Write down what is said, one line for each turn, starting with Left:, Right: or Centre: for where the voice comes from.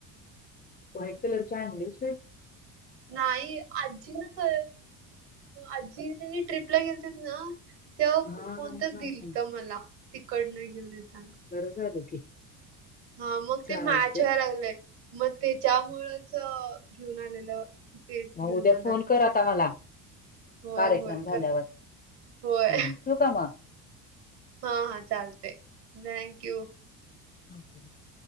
Left: व्हाईट कलर चांगलीच
Right: नाही आजी ना का आजी त्यांनी ट्रिपला गेलेते ना तेव्हा
Left: हा
Right: कोणतं
Left: हा हा
Right: दिलत
Left: हा
Right: मला तिकडनं घेऊन येताना
Left: बर झाल की.
Right: हा मग
Left: चालते
Right: ते मॅच व्हायला लागलेय मग त्याच्यामुळच घेऊन आलेलं तेच
Left: मग
Right: घेऊन
Left: उद्या
Right: जाणार
Left: फोन
Right: आहे
Left: करा आ मला
Right: होय
Left: कार्यक्रम
Right: होय
Left: झाल्यावर
Right: कर होय
Left: हम् ठू का म
Right: हा हा चालते थँक यू
Left: <unintelligible>